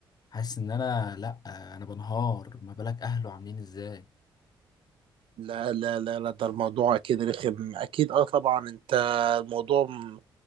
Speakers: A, on the left (about 45°); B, on the right (about 70°).
A: حاسس ان انا لا انا بنهار ما بالك اهله عاملين ازاي
B: لا لا لا لا ده الموضوع اكيد رخم اكيد اه طبعا انت الموضوع م-